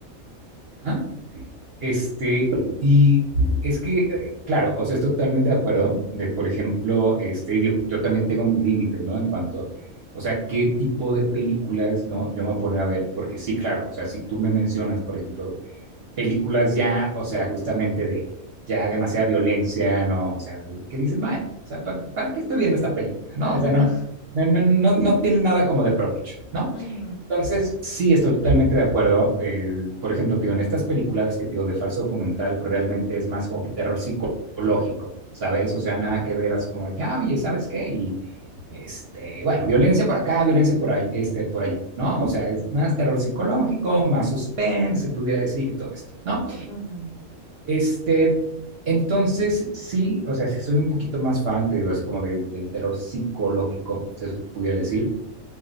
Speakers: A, on the right; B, on the left.
A: ajá. Este, y es que, eh, claro, o sea, estoy totalmente de acuerdo de, por ejemplo, este, digo, yo también tengo mis límites, ¿no? En cuanto a, o sea, qué tipo de películas, ¿no? Yo me voy a poner a ver, porque sí, claro, o sea, si tú me mencionas, por ejemplo, películas ya, o sea, justamente de ya demasiada violencia, ¿no? O sea, que dices, bueno, o sea, pa- ¿para qué estoy viendo esta película, no?
B: <laughs>
A: O sea, no, no, no, no, no tiene nada como de provecho, ¿no?
B: Ujú, ujú,
A: Entonces, sí, estoy totalmente de acuerdo. Eh, por ejemplo, tío, en estas películas que tío de falso documental, pues realmente es más como que terror psicológico, ¿sabes? O sea, nada que ver así como de que, ah, oye, ¿sabes qué? Y este, bueno, violencia por acá, violencia por, ahí, este, por allá, ¿no? O sea, es más terror psicológico, más suspense, se pudiera decir, y todo esto, ¿no?
B: ujú,
A: Este, entonces, sí, o sea, sí soy un poquito más fan, te digo, así como de- del terror psicológico, se pudiera decir.